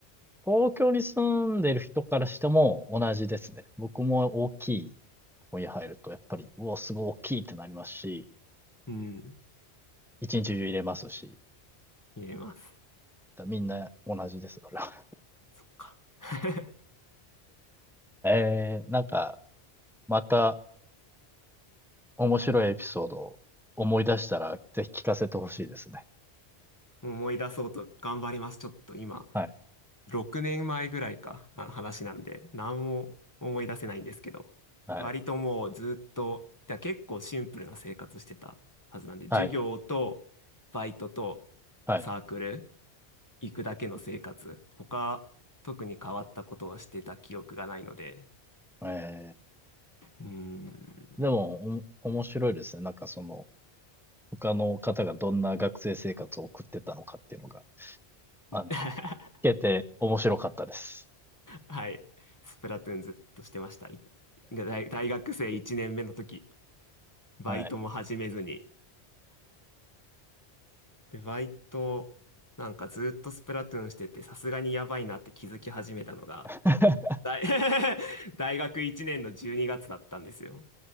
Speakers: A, in the centre; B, on the left.
A: 東京に住んでる人からしても同じですね。僕も大きい本屋入ると、やっぱり、うお、すごい大きいってなりますし、
B: うん。
A: 一日中入れますし、
B: 入れます。
A: だみんな同じです、それは。
B: そっか。<laughs>
A: <laughs> えー、なんか、また面白いエピソードを思い出したら、ぜひ聞かせてほしいですね。
B: 思い出そうと頑張ります。ちょっと今、
A: はい。
B: 6年前ぐらいか、あの話なんで、何も思い出せないんですけど、
A: はい。
B: 割ともうずっと、だから結構シンプルな生活してたはずなんで、授業とバイトと
A: はい。はい。
B: サークル行くだけの生活、他特に変わったことをしてた記憶がないので、
A: え
B: うーん、
A: ー、でも、おも面白いですね。なんかその、他の方がどんな学生生活を送ってたのかっていうのが。あの、
B: <laughs>
A: 聞けて面白かったです。
B: はい、スプラトゥーンずっとしてました。い大、大学生1年目の時、バイトも始めずに、
A: はい。
B: で、バイト、なんかずっとスプラトゥーンしてて、さすがにやばいなって気づき始めたのが、
A: <laughs>
B: 大 <laughs>、大学1年の12月だったんですよ。